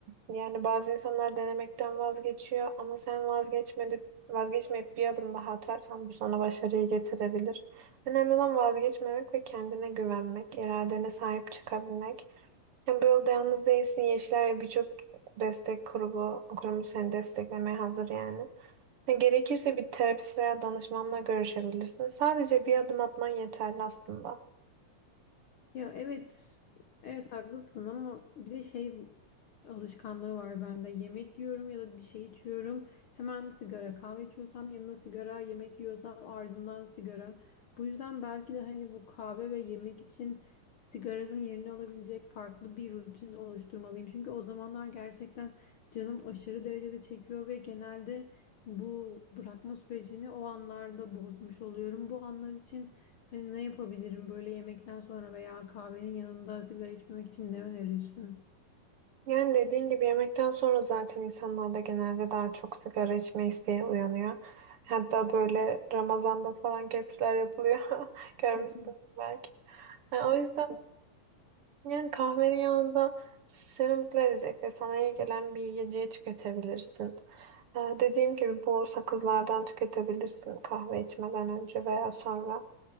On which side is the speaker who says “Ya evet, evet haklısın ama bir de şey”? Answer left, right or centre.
Left